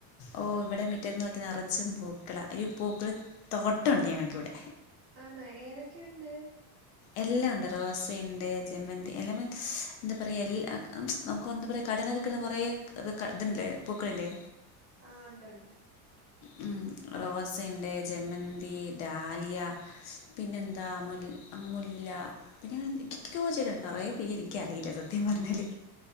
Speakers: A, on the left; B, on the right.
A: ഓഹ് ഇവടെ മിറ്റത്ത് നോക്കി നെറച്ചും പൂക്കള. ഇ പൂക്കൾ തോട്ട ഉണ്ട് ഞങ്ങക്ക് ഇവിടെ.
B: ആണോ. ഏതൊക്കെയുണ്ട്.
A: എല്ലാം ഉണ്ട്. റോസയുണ്ട്, ജമ്മന്തി എല്ലാമെ ശ് എന്താ പറയ. എല്ലാ അംച്ച് നമുക്ക് ഒന്താ പറയുക കടന വെൽക്കുന്ന കൊറേ ഗ്‌-ർ - ക ഇതില്ലെ പൂക്കളില്ലേ
B: ആഹ്. ഒണ്ട് ഒണ്ട്.
A: ഉം റോസയുണ്ട്, ജമ്മന്തി ഡാലിയ പിന്നെന്താ മുൽ അമ്മുല്ല. പിന്നെ ച്ച് - ച്ച് കോ ചെയ്തണ് കൊറേ പേര് ഇൻക്കറിയില്ല സത്യം പറ്ഞ്ഞാല്.